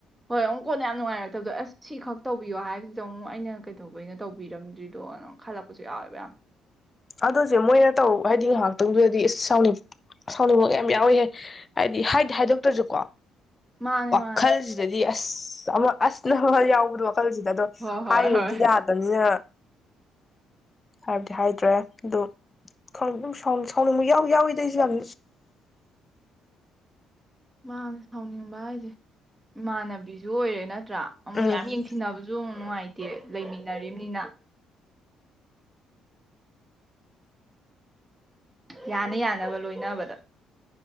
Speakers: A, on the right (about 15°); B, on the left (about 30°).
A: ꯍꯣꯏ ꯑꯃꯨꯛ ꯀꯣꯟꯅ ꯌꯥꯝ ꯅꯨꯡꯉꯥꯏꯔꯛꯇꯕꯗꯣ ꯑꯁ ꯁꯤꯈꯛ ꯇꯧꯕꯤꯌꯣ ꯍꯥꯏꯕꯁꯤꯗ ꯑꯃꯨꯛ ꯑꯩꯅ ꯀꯩꯗꯧꯕꯩꯅ ꯇꯧꯕꯤꯔꯝꯗ꯭ꯔꯤꯗꯣ ꯑꯝ ꯈꯜꯂꯛꯄꯖꯨ ꯌꯥꯎꯋꯦꯕ ꯌꯥꯝ
B: ꯑꯗꯨꯆꯦ ꯃꯣꯏꯅ ꯇꯧ ꯍꯥꯏꯗꯤ ꯉꯥꯏꯍꯥꯛꯇꯪꯗꯨꯗꯗꯤ ꯏꯁ ꯁꯥꯎꯅꯤꯡ ꯁꯥꯎꯅꯤꯡꯕꯒ ꯌꯥꯝ ꯌꯥꯎꯏꯍꯦ ꯍꯥꯏꯗꯤ ꯍꯥꯏꯗꯤ ꯍꯥꯏꯗꯣꯛꯇ꯭ꯔꯁꯨꯀꯣ
A: ꯃꯥꯅꯦ
B: ꯋꯥꯈꯜꯖꯤꯗꯗꯤ
A: ꯃꯥꯅꯦ
B: ꯗꯤ ꯑꯁ ꯑꯃ ꯑꯁ <unintelligible> ꯌꯥꯎꯕꯗꯣ ꯋꯥꯈꯜꯖꯤꯗ ꯑꯗꯣ
A: ꯍꯣꯏ ꯍꯣꯏ
B: ꯍꯥꯏꯔꯨꯕꯗꯤ
A: ꯍꯣꯏ
B: ꯌꯥꯗꯝꯅꯤꯅ ꯍꯥꯏꯕꯗꯤ ꯍꯥꯏꯗ꯭ꯔꯦ ꯑꯗꯣ ꯈꯪ ꯁꯥꯎ ꯁꯥꯎꯅꯤꯡꯕ ꯌꯥꯎ ꯌꯥꯎꯋꯤꯗ ꯑꯩꯖꯨ ꯌꯥꯝ
A: ꯃꯥꯅꯦ ꯁꯥꯎꯅꯤꯡꯕ ꯍꯥꯏꯖꯦ ꯏꯃꯥꯟꯅꯕꯤꯖꯨ ꯑꯣꯏꯔꯦ ꯅꯠ ꯅꯠꯇ꯭ꯔꯥ ꯑꯃꯨꯛ
B: ꯎꯝ
A: ꯌꯥꯝ ꯌꯦꯡꯊꯤꯟꯅꯕꯖꯨ ꯃꯨꯛ ꯅꯨꯡꯉꯥꯏꯇꯦ ꯇꯦ ꯂꯩꯃꯤꯟꯅꯔꯤꯝꯅꯤꯅ ꯌꯥꯅ ꯌꯥꯅꯕ ꯂꯣꯏꯅꯕꯗ